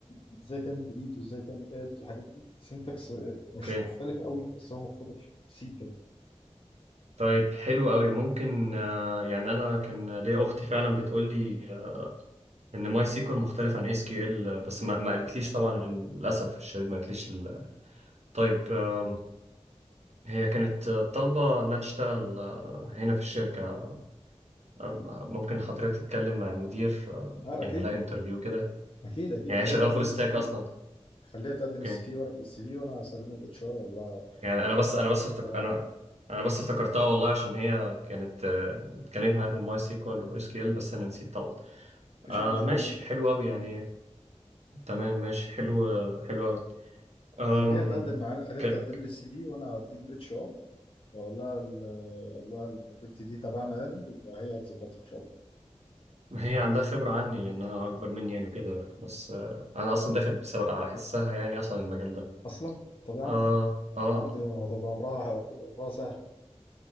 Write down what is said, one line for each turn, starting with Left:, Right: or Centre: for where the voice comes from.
Left: وازاي تعمل ديليت وازاي تعمل اد والحاجات دي سينتاكس
Right: اوكي
Left: مش مختلف قوي بس هو مختلف بسيط يعني
Right: طيب حلو قوي ممكن آه، يعني انا كان ليا اختي فعلا بتقول لي آه، ان ماي سيكوال مختلف عن اس كيو ال بس ما, ما قالتليش طبعا إن- للاسف الشديد ما قالتليش ال- طيب آم، هي كانت آه، طالبه انها تشتغل آه، هنا في الشركه آه، ممكن حضرتك تتكلم مع المدير آه،
Left: اه
Right: يعمل
Left: اكيد
Right: لها انترفيو كده
Left: اكيد اكيد
Right: يعني
Left: خليها
Right: هي شغاله
Left: تقدم
Right: فول ستاك
Left: السي في
Right: اصلا
Left: خليها تقدم
Right: اوكي
Left: السي في ورق السي في وانا اسلمه الاتش ار والله
Right: يعني انا بس انا بس افتك...
Left: دي طبعا
Right: انا
Left: يعني
Right: انا بس افتكرتها والله عشان هي كانت آه، اتكلمت معايا في الماي سيكوال واس كيو ال بس انا نسيت طبعا
Left: مفيش
Right: آه
Left: اي مشكله
Right: ماشي
Left: يا باشا
Right: حلو قوي يعني تمام ماشي حلو حلو قوي أم...
Left: خليها تقدم معانا خليها
Right: كان...
Left: تقدم لي السي في وانا هديه الاتش ار واقول لها ال- اقول لها البنت دي تبعنا يعني وهي هتظبطها ان شاء الله
Right: ما هي عندها خبرة عني لأنها أكبر مني يعني وكده بس آه، أنا أصلا داخل بسبب على حسها يعني أصلا المجال ده
Left: اصلا طبعا
Right: آه آه
Left: يا عم دي هتبقى امرها امرها سهل يعني